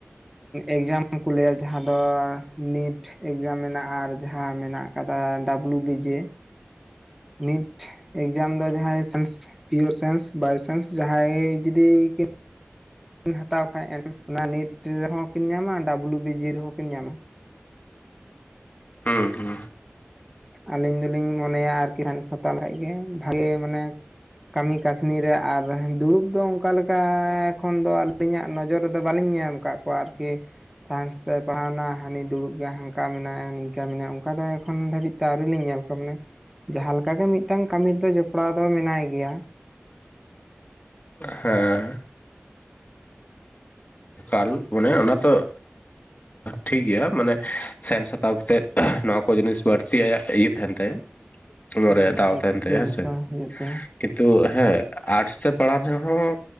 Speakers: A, in the centre; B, on the left.
A: ᱮᱠᱡᱟᱢ ᱠᱚ ᱞᱟᱹᱭᱟ ᱡᱟᱦᱟᱸ ᱫᱚ ᱱᱤᱴ ᱮᱠᱡᱟᱢ ᱢᱮᱱᱟᱜ-ᱟ ᱟᱨ ᱡᱟᱦᱟᱸ ᱢᱮᱱᱟᱜ ᱟᱠᱟᱫᱟ ᱰᱟᱵᱞᱩ ᱵᱤ ᱡᱮ ᱱᱤᱴ ᱮᱠᱡᱟᱢ ᱫᱚ ᱡᱟᱦᱟᱸᱭ ᱥᱟᱭᱮᱱᱥ ᱯᱤᱭᱳᱨ ᱥᱟᱭᱮᱱᱥ ᱵᱟᱭᱥᱮᱱᱥ ᱡᱟᱦᱟᱸᱭ ᱡᱩᱫᱤ ᱠᱤᱱ ᱠᱤᱱ ᱦᱟᱛᱟᱣ ᱠᱷᱟᱱ ᱚᱱᱟ ᱱᱮᱴ ᱨᱮᱦᱚᱸ ᱠᱤᱱ ᱧᱟᱢᱟ ᱰᱟᱵᱞᱩ ᱵᱤ ᱡᱤ ᱨᱮᱦᱚᱸ ᱠᱤᱱ ᱧᱟᱢᱟ ᱾
B: ᱦᱮᱸ ᱦᱮᱸ᱾
A: ᱟᱹᱞᱤᱧ ᱫᱚᱞᱤᱧ ᱢᱚᱱᱮᱭᱟ ᱟᱨᱠᱤ <unintelligible> ᱜᱮ ᱵᱷᱟᱜᱮ ᱢᱟᱱᱮ ᱠᱟᱹᱢᱤ ᱠᱟᱹᱥᱱᱤ ᱨᱮ ᱟᱨ ᱫᱩᱲᱩᱵ ᱫᱚ ᱚᱱᱠᱟ ᱞᱮᱠᱟ ᱚᱠᱟ ᱠᱷᱚᱱ ᱫᱚ ᱟᱹᱞᱤᱧᱟᱜ ᱱᱚᱡᱚᱨ ᱨᱮᱫᱚ ᱵᱟᱹᱞᱤᱧ ᱧᱟᱢ ᱟᱠᱟᱫ ᱠᱚᱣᱟ ᱟᱨᱠᱤ᱾ ᱥᱟᱭᱮᱱᱥ ᱛᱮ ᱯᱟᱲᱦᱟᱣᱱᱟ ᱦᱟᱹᱱᱤ ᱫᱩᱲᱩᱵ ᱜᱮᱭ ᱦᱟᱱᱠᱟ ᱢᱮᱱᱟᱭᱟ ᱱᱤᱝᱠᱟ ᱢᱮᱱᱟᱭᱟ ᱚᱱᱠᱟ ᱫᱚ ᱮᱠᱷᱚᱱ ᱫᱷᱟᱹᱵᱤᱡ ᱛᱮ ᱟᱹᱣᱨᱤ ᱞᱤᱧ ᱧᱮᱞ ᱠᱚᱣᱟ ᱢᱟᱱᱮ ᱡᱟᱦᱟᱸ ᱞᱮᱠᱟ ᱜᱮ ᱢᱤᱫᱴᱟᱝ ᱠᱟᱹᱢᱤ ᱨᱮᱫᱚ ᱡᱚᱯᱲᱟᱣ ᱫᱚ ᱢᱮᱱᱟᱭ ᱜᱮᱭᱟ᱾
B: ᱦᱮᱸ ᱠᱟᱞ ᱢᱟᱱᱮ ᱚᱱᱟ ᱛᱚ ᱴᱷᱤᱠ ᱜᱮᱭᱟ ᱢᱟᱱᱮ ᱥᱟᱭᱮᱱ ᱦᱟᱛᱟᱣ ᱠᱟᱛᱮᱫ᱾ ᱱᱚᱣᱟ ᱠᱚ ᱡᱤᱱᱤᱥ ᱵᱟᱹᱲᱛᱤ ᱟᱭᱟᱜ ᱤᱭᱟᱹ ᱛᱟᱦᱮᱱ ᱛᱟᱭᱟ᱾ ᱱᱚᱣᱟ
A: ᱦᱩᱸ
B: ᱨᱮ ᱫᱟᱣ
A: ᱮᱠᱥᱯᱨᱤᱭᱮᱱᱥ
B: ᱛᱟᱦᱮᱱ ᱛᱟᱭᱟ ᱦᱮ ᱸᱥᱮ᱾
A: ᱦᱚᱸ ᱦᱩᱭᱩᱜ ᱛᱟᱭᱟ
B: ᱠᱤᱱᱛᱩ ᱦᱮᱸ ᱟᱨᱴᱥ ᱛᱮ ᱯᱟᱲᱦᱟᱣ ᱨᱮᱦᱚᱸ